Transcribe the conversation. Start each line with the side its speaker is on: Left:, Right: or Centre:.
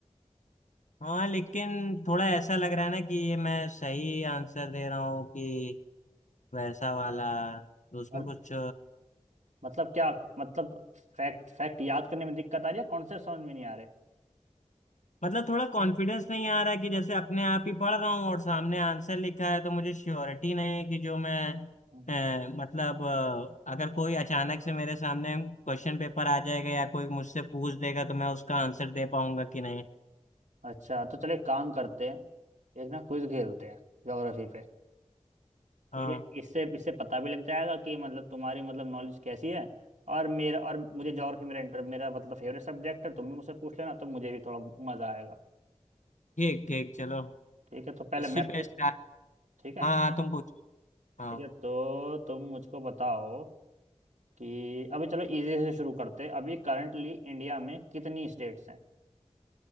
Left: हाँ लेकिन थोड़ा ऐसा लग रहा है ना कि ये मैं सही आंसर दे रहा हूँ कि वैसा वाला तो उसमें
Right: मल-
Left: कुछ
Right: मतलब क्या मतलब फैक्ट फैक्ट याद करने में दिक्कत आ रही है कॉन्सेप्ट समझ में नहीं आ रहे
Left: मतलब थोड़ा कॉन्फिडेंस नहीं आ रहा है कि जैसे अपने आप ही पढ़ रहा हूँ और सामने आंसर लिखा है तो मुझे श्योरिटी नहीं है कि जो मैं
Right: हम्म।
Left: अ, मतलब अ, अगर कोई अचानक से मेरे सामने क्वेश्चन पेपर आ जाएगा या कोई मुझसे पूछ देगा तो मैं उसका आंसर दे पाऊंगा कि नहीं
Right: अच्छा तो चलो एक काम करते हैं एक ना क्विज खेलते हैं ज्योग्राफी पे
Left: हाँ
Right: ठीक है इससे इससे पता भी लग जाएगा कि मतलब तुम्हारी मतलब नॉलेज कैसी है और मेरा और मुझे ज्योग्राफी मेरा इंटर मेरा मतलब फेवरेट सब्जेक्ट है तुम भी मुझसे पूछ लेना तो मुझे भी थोड़ा मजा आएगा
Left: ठीक ठीक चलो
Right: ठीक है तो पहले
Left: इसी
Right: मैं
Left: पे
Right: पूछ
Left: स्टार्ट
Right: ठीक है
Left: हाँ हाँ तुम पूछो हाँ
Right: ठीक है तो तुम मुझको बताओ कि अभी चलो इजी से शुरू करते हैं अभी करंटली इंडिया में कितनी स्टेट्स हैं